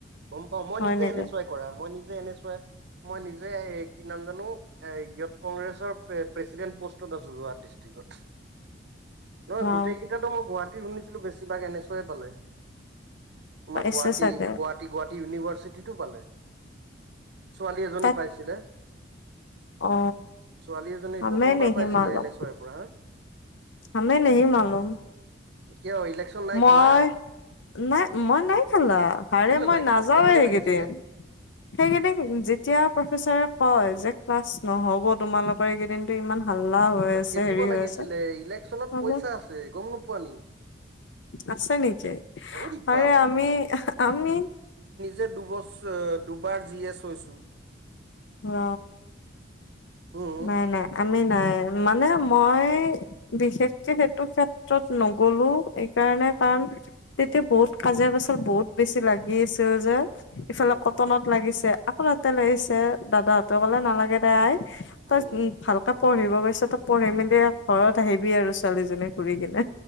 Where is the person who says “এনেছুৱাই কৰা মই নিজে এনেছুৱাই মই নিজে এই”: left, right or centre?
Right